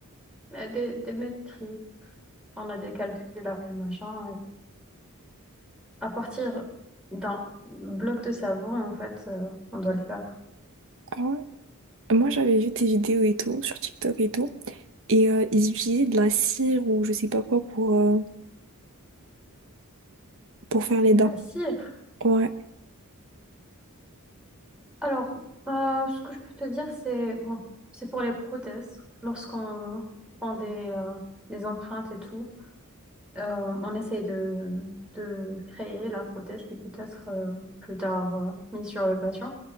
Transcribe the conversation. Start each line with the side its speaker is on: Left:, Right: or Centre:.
Centre: des, des, des maîtrises, on a des calculs et machin. Et, à partir d'un bloc de savon, en fait, euh, on doit le faire.
Right: Ah ouais? Moi, j'avais vu tes vidéos et tout, sur TikTok et tout, et euh, ils utilisaient de la cire ou je sais pas quoi pour, euh, pour faire les
Centre: De
Right: dents.
Centre: la cire.
Right: Ouais.
Centre: Alors, euh, ce que je peux te dire, c'est bon, c'est pour les prothèses. Lorsqu'on prend des, euh, des empreintes et tout, euh, on essaye de, de créer la prothèse qui peut être euh, plus tard euh, mise sur le patient.